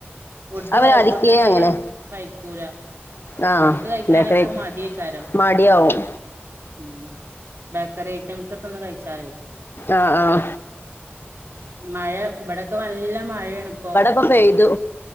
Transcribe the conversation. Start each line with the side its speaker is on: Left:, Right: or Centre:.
Right: ഫുഡ്
Left: അവര്
Right: ക
Left: ആദിക്കേ
Right: ഫുഡ് തീരെ
Left: അങ്ങനെ
Right: കഴിക്കൂല.
Left: ആ
Right: ഫുഡ് കഴിക്കാനൊക്കെ
Left: ബേക്കറി
Right: മടിയേക്കാരം.
Left: മടിയാവും
Right: ഉം ബേക്കറി ഐറ്റംസ് ഒക്കെ ഒന്ന് കഴിച്ചാലേ.
Left: ആ ആ
Right: മഴ ബടൊക്കെ നല്ല മഴയാണ് പ്പൊ.
Left: പ്പം പെയ്തു.